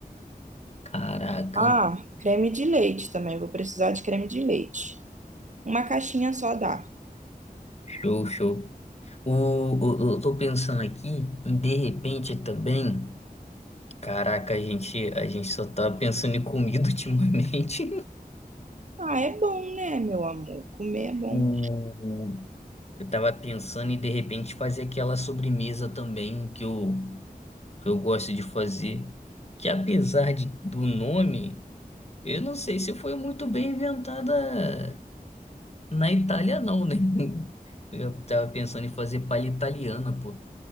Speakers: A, on the left (about 40°); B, on the right (about 50°).
A: caraca,
B: Ah, creme de leite também. Vou precisar de creme de leite. Uma caixinha só dá.
A: show, show. O, o- eu tô pensando aqui, em de repente também, caraca, a gente, a gente só tá pensando em comida <laughs> ultimamente.
B: Ah, é bom, né, meu amor? Comer é bom.
A: O, eu tava pensando em de repente fazer aquela sobremesa também que eu, que eu gosto de fazer, que apesar de, do nome, eu não sei se foi muito bem inventada na Itália, não, né? <laughs> Eu tava pensando em fazer palha italiana, pô.